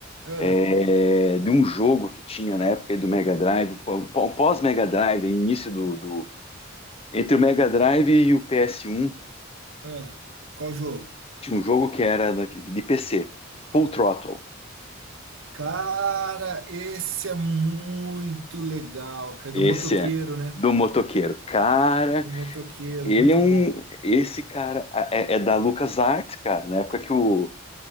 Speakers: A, on the right (about 75°); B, on the left (about 30°).
A: Ah,
B: é, de um jogo que tinha na época do Mega Drive, pô- pô- pós-Mega Drive, início do, do- Entre o Mega Drive e o PS1,
A: ah, qual jogo?
B: tinha um jogo que era da- de PC, Full Throttle.
A: Cara, esse é muito legal, cara,
B: Esse
A: do motoqueiro,
B: é
A: né?
B: do motoqueiro. Cara,
A: O motoqueiro,
B: ele
A: muito
B: é um.
A: bom.
B: Esse cara é, é da LucasArts, cara, na época que o,